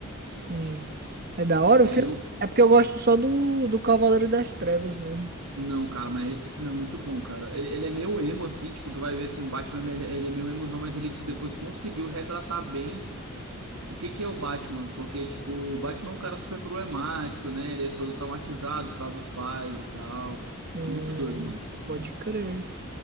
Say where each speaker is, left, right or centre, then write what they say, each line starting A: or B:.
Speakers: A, on the right; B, on the right.
A: Sim. É da hora
B: E
A: o filme?
B: aí eu.
A: É porque eu gosto só do, do Cavaleiro das Trevas mesmo.
B: Não, cara, mas esse filme é muito bom, cara. Ele, ele é meio emo, assim, tipo, tu vai ver assim, o Batman, ele, ele é meio emozão, mas ele depois conseguiu retratar bem o que que é o Batman. Porque, tipo, o Batman é um cara super problemático, né? Ele é todo traumatizado por causa dos pais e tal.
A: Hum,
B: É muito doido, mano.
A: pode crer.